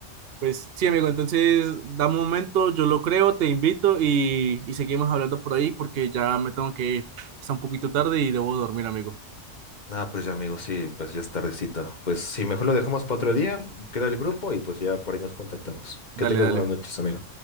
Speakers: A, on the right; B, on the left.
A: Pues sí, amigo, entonces da un momento, yo lo creo, te invito y, y seguimos hablando por ahí porque ya me tengo que ir. Está un poquito tarde y debo dormir, amigo.
B: Ah, pues ya amigos, sí, pues ya es tardecito. Pues sí, mejor lo dejamos para otro día, crea el grupo y pues ya por ahí nos contactamos.
A: Dale,
B: Que tengas
A: dale.
B: buenas noches, amigo.